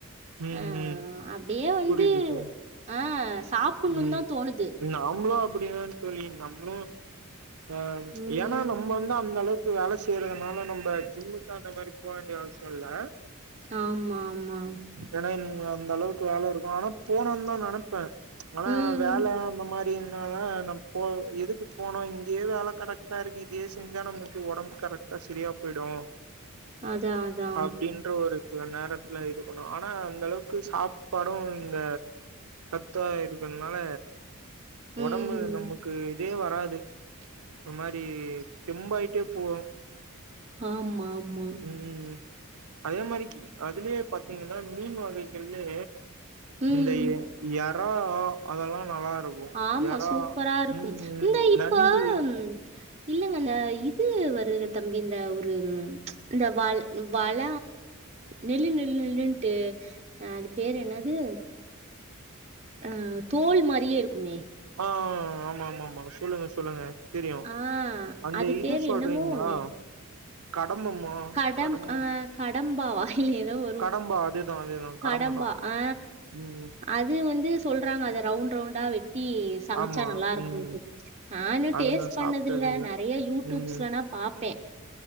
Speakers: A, on the right; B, on the right.
A: ம்
B: அ
A: ம்
B: அப்படியே வந்து
A: புரியுது தோழி
B: ஆ சாப்பிணு
A: ம்
B: தா தோணுது
A: நாமளு அப்படிதா தோழி நம்மளு ஆ
B: ம்
A: ஏன்னா நம்ம வந்து அந்த அளவுக் க்கு வேலை செய்யறதுனால நம்ம ஜிம்முக்கு அந்த மாரி போக வேண்டிய அவசியோ இல்ல
B: ஆமா ஆமா
A: ஏன்னா அந்த அளவுக்கு வேலை இருக்கு ஆனா போனுன் தா நினைப்பே ஆனா
B: ம்
A: வேலை அந்த மாரி னால நம்ம போ எதுக்கு போணு இங்கேயே வேலை கரெக்டா இருக்கு இதே செஞ்சா நமக்கு உடம்பு கரெக்ட் டா சரியா போயிடு
B: அதா அதா
A: அப்டின்ற ஒரு சில நேரத்துல இது பண்ணுவோ ஆனா அந்த அளவுக்கு சாப்பாடு இங்க த்தா இருக்கிறனால
B: ம்
A: உடம்பு நமக்கு இதே வராது ஒரு மாரி தெம்பாயிட்டே போவோ
B: ஹாமா ஆமா
A: ம் அதே மாரி அதுலயே பாத்தீங்கன்னா மீன் வகைகள்லே
B: ம்
A: இந்த இறா அதெல்லா நல்லா இருக்கு
B: ஆமா
A: எறா
B: சூப்பரா இருக்கும்
A: ம் ம்
B: இந்த இப்ப
A: நண்டு
B: ம் இல்லங்க அந்த இது வருதுல தம்பி இந்த ஒரு இந்த வாழ் வழ நெல்லு நெல்லு நெல்லுன்ட்டு அது பேர் என்னது ஆ தோல் மாரியே இருக்குமே
A: ஆ ஆமா ஆமா மேம் சொல்லுங்க சொல்லுங்க தெரியு
B: ஆ
A: அந்த
B: அது
A: இது
B: பேரு
A: சொல்றீங்களா
B: என்னமோ ஒண்ணு.
A: கடம்பமா
B: கடம்
A: கடம்ப
B: அ கடம்பாவா? இல்ல ஏதோ வரும்.
A: கடம்பா அதேதா அதேதா
B: கடம்பா.
A: கடம்பதா
B: ஆ
A: ம் ம்
B: அது வந்து சொல்றாங்க அத ரவுண்ட் ரவுண்டா வெட்டி சமைச்சா
A: ஆமா
B: நல்லா இருக்குன்ட்டு
A: ம்
B: நா இன்னு
A: அது
B: டேஸ்ட்
A: நா சாப்ட்டது
B: பண்ணது இல்ல நறைய யூடியூப்ஸ்லனா
A: ம்
B: பாப்பே